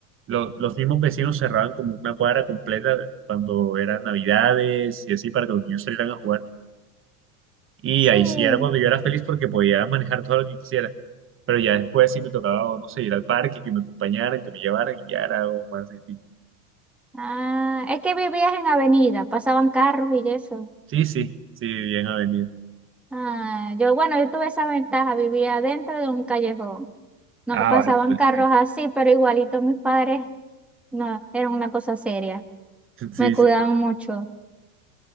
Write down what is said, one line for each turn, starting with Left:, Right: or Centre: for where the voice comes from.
Right: lo- los mismos vecinos cerraban como una cuadra completa cuando eran navidades y así para que los niños salieran a jugar. Y
Centre: sí.
Right: ahí sí era cuando yo era feliz porque podía manejar todo lo que quisiera. Pero ya después sí me tocaba, o no sé, ir al parque, que me acompañaran, que me llevaran, y ya era algo más difícil.
Centre: Ah, es que vivías en avenida, pasaban carros y eso.
Right: Sí, sí, sí, bien avenida.
Centre: Ah, yo, bueno, yo tuve esa ventaja, vivía dentro de un callejón. No
Right: Ah,
Centre: pasaban
Right: vale, entonces
Centre: carros
Right: sí.
Centre: así, pero igualito mis padres no, eran una cosa seria.
Right: <laughs> Sí,
Centre: Me cuidaban
Right: sí. tú-
Centre: mucho.